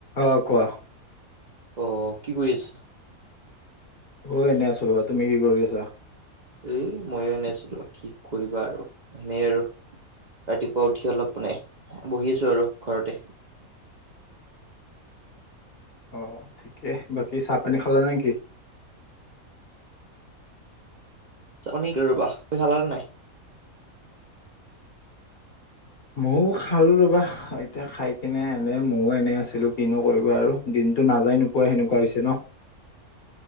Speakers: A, on the left; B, on the right.
A: অ' কোৱা?
B: অ, কি কৰি আছ?
A: অ, এনেই আছোঁ ৰবা, তুমি কি কৰি আছা?
B: এ ময়ো এনেয়ে আছিলো কি কৰিবা আৰু এনে আৰু। ৰাতিপুৱা উঠি অলপ মানে বহি আছো আৰু ঘৰতে।
A: অ, ঠিকে বাকী চাহ পানী খালা নেকি?
B: চাপানি ৰবা তুমি খালানে নাই?
A: ময়ও খালো ৰবা এতিয়া খাই পিনে এনে ময়ো এনে আছিলো কিনো কৰিবা আৰু দিনতটো নাযায় নো। পোৱা সেনেকুৱা হৈছে ন।